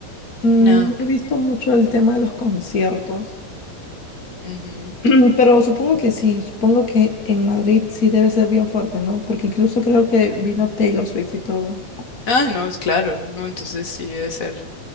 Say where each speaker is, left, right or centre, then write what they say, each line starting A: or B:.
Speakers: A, on the left; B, on the left.
A: mm,
B: No,
A: no
B: ok,
A: he visto mucho el tema de los conciertos.
B: ujú,
A: <clears throat> Pero supongo que sí, supongo que en Madrid sí debe ser bien fuerte, ¿no? Porque incluso creo que
B: claro.
A: vino Taylor Swift y todo.
B: Ah, no, es claro, no, entonces sí debe ser